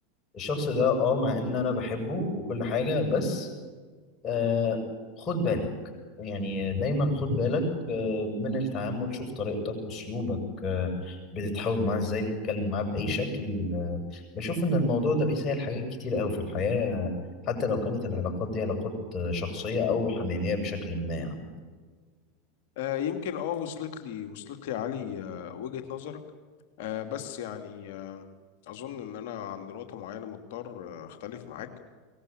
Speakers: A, on the left; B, on the left.
A: الشخص ده اه مع ان انا بحبه وكل حاجه بس آه خد بالك يعني دايما خد بالك آه من التعامل شوف طريقتك أسلوبك آه بتتحاول معاه إزاي بتتكلم معاه بأي شكل آه بشوف إن الموضوع ده بيسهل حاجات كتير أوي في الحياة حتى لو كانت العلاقات دي علاقات آه، شخصية أو حميمية بشكل ما يعني.
B: آه، يمكن اه وصلت لي وصلت لي يا علي آه، وجهة نظرك آه، بس يعني آه، اظن ان انا عند نقطة معينة مضطر آه، اختلف معاك